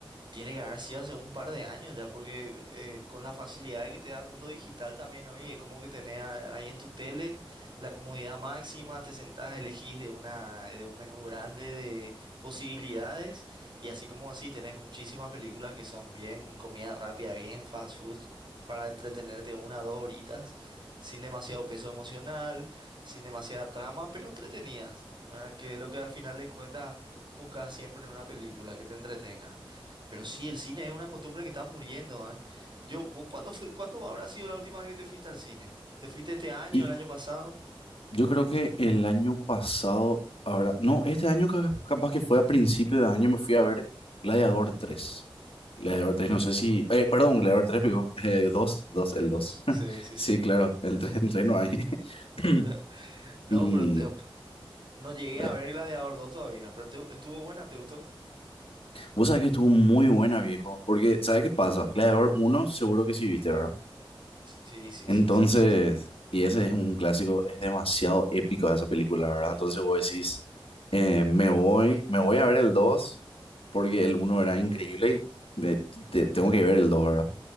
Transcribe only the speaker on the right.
Tiene que haber sido hace un par de años ya, porque eh, con la facilidad que te da el mundo digital también hoy, es como que tenés a- ahí en tu tele la comodidad máxima, te sentás, elegís de una, de un menú grande de posibilidades, y así como decís, tenés muchísimas películas que son bien comida rápida, bien fast food, para entretenerte una o dos horitas, sin demasiado peso emocional, sin demasiada trama, pero entretenidas, ¿verdad? Que es lo que al final de cuentas buscas siempre en una película, que te entretenga. Pero sí, el cine es una costumbre que está muriendo, ¿eh? Yo, ¿vos cuándo fui- cuándo habrá sido la última vez que te fuiste al cine? ¿Te fuiste este año,
el año pasado?
Uh,
el
2?
sí, sí,
sí.
<laughs> No,
pero te- no llegué a
ver Gladiador 2 todavía, pero te- estuvo buena, ¿te gustó?
Sí, sí,
sí, es un clásico.